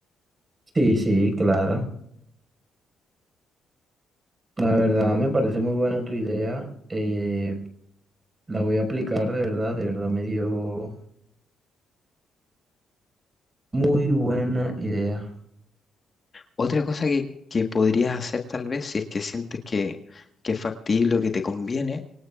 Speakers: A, on the right; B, on the left.
A: Sí, sí, claro. La verdad me parece muy buena tu idea. eh, la voy a aplicar de verdad, de verdad me dio muy buena idea.
B: Otra cosa que, que podrías hacer tal vez, si es que sientes que, que es factible o que te conviene,